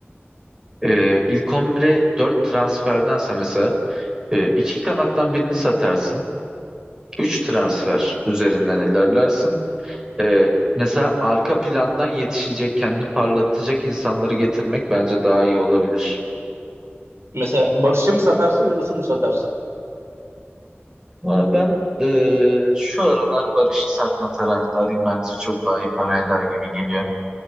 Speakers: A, on the right; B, on the right.
A: E, ilk 11'e 4 transferdense mesela e, iki kanattan birini satarsın. 3 transfer üzerinden ilerlersin. Ee, mesela arka plandan yetişecek, kendini parlatacak insanları getirmek bence daha iyi olabilir.
B: Mesela Barış'ı mı satarsın, Yunus'u mu satarsın?
A: Ama ben ee, şu aralar Barış'ı satma taraftarıyım. Bence çok daha iyi para eder gibi geliyor.